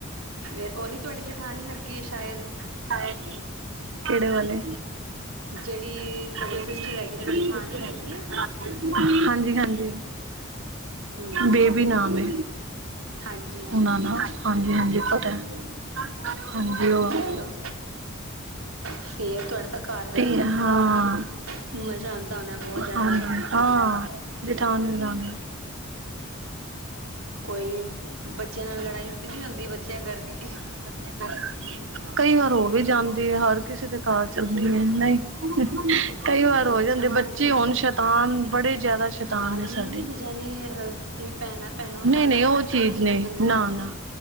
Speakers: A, on the right; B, on the right.
A: ਫੇਰ ਉਹੀ ਤੁਹਾਡੀ ਜੇਠਾਣੀ ਲੱਗੀ ਸ਼ਾਇਦ?
B: ਹਾਂਜੀ, ਕਿਹੜੇ ਵਲੇ?
A: ਜਿਹੜੀ ਤੁਹਾਡੇ
B: ਜੇੜੀ
A: ਸਿਸਟਰ ਹੈਗੀ ਤੁਹਾਡੀ
B: ਬਿਗ ਸਿਸਟਰਸ
A: ਜਠਾਣੀ ਹੈਗੀ ਹੈ
B: ਹੈਗੀ ਨਾ, ਹਾਂਜੀ, ਹਾਂਜੀ।
A: ਹਮ
B: ਬੇਬੀ ਨਾਮ ਹੈ
A: ਹਾਂਜੀ ਹਾਂਜੀ
B: ਉਹਨਾ ਦਾ। ਹਾਂਜੀ ਹਾਂਜੀ ਪਤਾ ਹੈ। ਹਾਂਜੀ ਉਹ
A: ਚਲੋ ਫੇਰ ਤੁਹਾਡੇ ਤਾਂ ਘਰ ਦਾ
B: ਤੇ
A: ਹੀ ਇੰਨਾ ਮਤਲਬ
B: ਹਾਂ
A: ਮਜ਼ਾ ਆਉਂਦਾ ਹੋਣਾ ਬਹੁਤ ਜ਼ਿਆਦਾ
B: ਹਾਂਜੀ ਹਾਂ। ਜੇਠਾਣੀ ਰਲਾਣੇ।
A: ਕੋਈ ਬੱਚਿਆਂ ਨਾਲ ਲੜਾਈ ਤੇ ਨਹੀ ਹੋਂਦੀ ਬੱਚਿਆਂ ਕਰਕੇ?
B: <unintelligible> ਕਈ ਵਾਰ ਹੋ ਵੀ ਜਾਂਦੀ ਹੈ। ਹਰ ਕਿਸੇ ਦੇ ਘਰ ਚੱਲਦੀ ਹੈ, ਨਹੀਂ? ਕਈ ਵਾਰ ਹੋ
A: ਅੱਛਾ
B: ਜਾਂਦੇ
A: ਹਾਂਜੀ
B: ਬੱਚੇ ਹੋਣ ਸ਼ੈਤਾਨ ਬੜੇ ਜ਼ਿਆਦਾ ਸ਼ੈਤਾਨ
A: ਹਾਂ
B: ਨੇ
A: ਨਹੀਂ
B: ਸਾਡੇ।
A: ਨਹੀਂ ਵੀ ਜਿਵੇਂ ਅਹ ਜਿਵੇਂ ਭੈਣਾਂ ਭੈਣਾਂ
B: ਨਹੀਂ,
A: ਭੈਣਾਂ
B: ਨਹੀਂ
A: ਭੈਣਾਂ
B: ਉਹ
A: ਵਾਸਤੇ
B: ਚੀਜ਼
A: ਨਹੀਂ ਹੁੰਦੀ
B: ਨੇ,
A: ਹੁੰਦੀ
B: ਨਾ,
A: ਗੱਲ
B: ਨਾ।